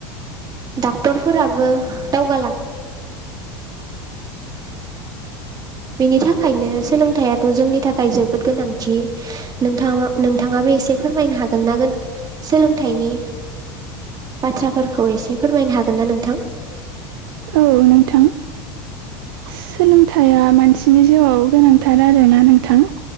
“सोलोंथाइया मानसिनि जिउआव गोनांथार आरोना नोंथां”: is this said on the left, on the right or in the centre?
Right